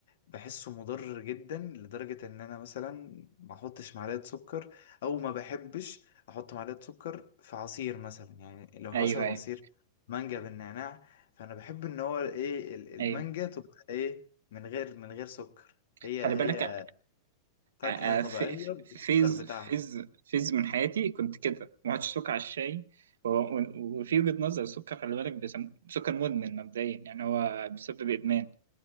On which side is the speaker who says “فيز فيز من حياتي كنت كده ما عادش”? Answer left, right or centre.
Right